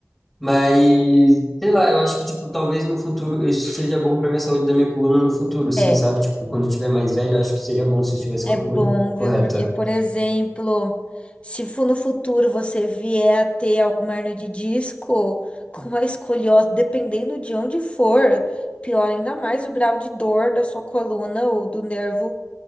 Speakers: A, in the centre; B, on the left (about 25°).
A: Mas, sei lá, eu acho que, tipo, talvez no futuro isso seja bom pra minha saúde da minha coluna no futuro, assim,
B: É.
A: sabe? Tipo, quando eu tiver mais velho, eu acho que seria bom se eu tivesse
B: É
A: com a
B: bom,
A: coluna correta.
B: viu? Porque, por exemplo, se fu- no futuro você vier a ter alguma hernia de disco <laughs> com a escoliose, dependendo de onde for, piora ainda mais o grau de dor da sua coluna ou do nervo.